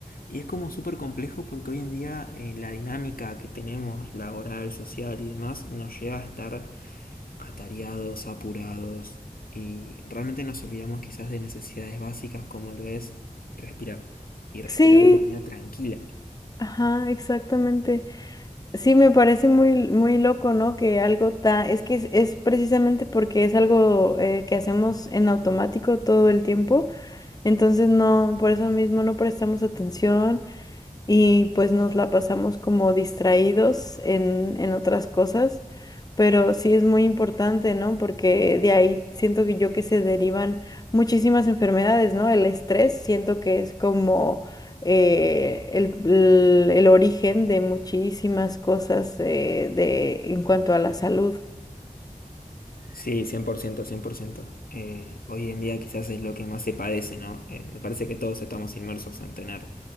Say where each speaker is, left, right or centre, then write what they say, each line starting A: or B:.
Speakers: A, on the left; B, on the left.
A: Y es como súper complejo porque hoy en día eh, la dinámica que tenemos, laboral, social y demás, nos lleva a estar atareados, apurados y realmente nos olvidamos quizás de necesidades básicas como lo es respirar. Y respirar
B: Sí,
A: de manera tranquila.
B: ajá, exactamente. Sí, me parece muy, muy loco, ¿no? Que algo tan... Es que es, es precisamente porque es algo eh, que hacemos en automático todo el tiempo Entonces no, por eso mismo no prestamos atención y pues nos la pasamos como distraídos en, en otras cosas, pero sí es muy importante, ¿no? Porque de ahí siento que yo que se derivan muchísimas enfermedades, ¿no? El estrés siento que es como eh, el, el- el origen de muchísimas cosas eh, de, en cuanto a la salud.
A: Sí, 100%, 100%. Eh, hoy en día quizás es lo que más se padece, ¿no? Eh, me parece que todos estamos inmersos en tener,